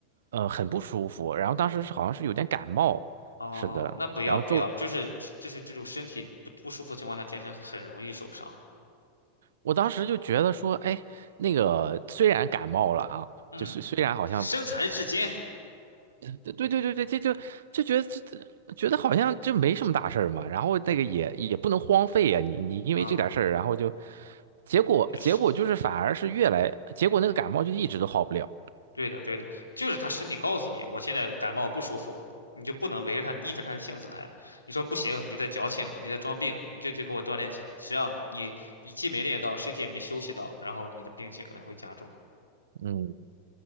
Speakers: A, on the right; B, on the left.
A: 呃很不舒服，然后当时是好像是有点感冒，
B: 哦，
A: 是的，
B: 那不要不要，
A: 然后就
B: 就是就是这种身体不不舒服的情况下健身很容易受伤，
A: 我当时就觉得说，哎，那个虽然感冒了啊，
B: 嗯，
A: 就是虽然好像
B: 身残志坚
A: 对对对对，这就就觉得这这觉得好像这没什么大事儿嘛，然后那个也也不能荒废呀、你你因为这点事儿，
B: 啊，
A: 然后就结果结果就是反而是越来结果那个感冒就一直都好不了。
B: 确实。对的，对的，就是他身体告诉你，我现在感冒不舒服，你就不能围着他逆着他的性子来。你说不行，你在矫情，你在装病，你就去给我锻炼去。实际上你你既没练到，身体也没休息到，然后你的病情可能会加重。
A: 嗯，